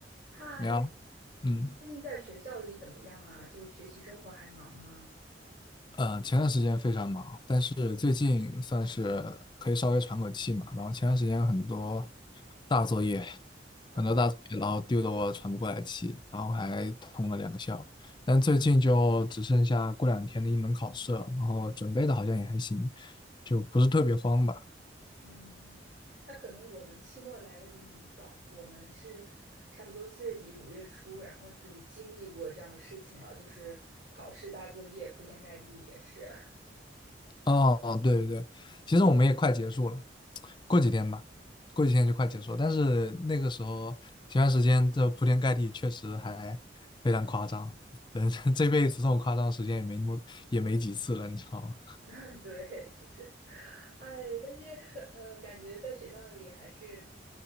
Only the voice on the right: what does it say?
嗨，
最近在学校里怎么样啊？就学习生活还忙吗？
啊，
嗯，那可能我们期末来的比你们早，我们是差不多四月底五月初，然后就经历过这样的事情了，就是考试大作业铺天盖地也是。
<laughs> 对，就是，哎，但是呃，感觉在学校里还是，